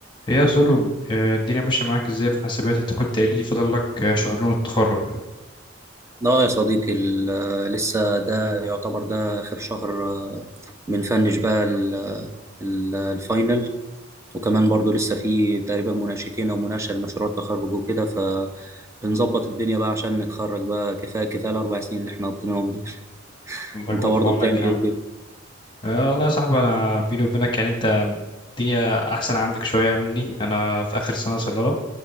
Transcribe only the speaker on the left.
هي يا سولو آه، الدنيا ماشية معاك ازاي في حاسبات انت كنت قايل لي فاضل لك آه، شهرين وتتخرج
الله
يكون
في عونك
يا عم
آه والله يا صاحبي انا بيني وبينك يعني انت الدنيا احسن عندك شوية مني انا في اخر سنة صيدلة